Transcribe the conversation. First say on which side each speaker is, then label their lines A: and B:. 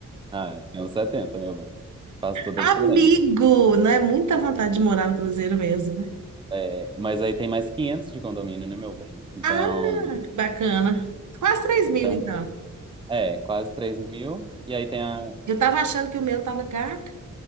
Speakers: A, on the right; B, on the right.
A: Ah, tem uns 70, meu bem. Faz toda
B: Amigo,
A: a diferença.
B: não é muita vontade de morar no Cruzeiro mesmo, né?
A: É, mas aí tem mais 500 de condomínio, né, meu bem? Então,
B: Ah, bacana. Quase três mil,
A: então
B: então.
A: é, quase três mil. E aí tem a,
B: Eu tava achando que o meu tava caro.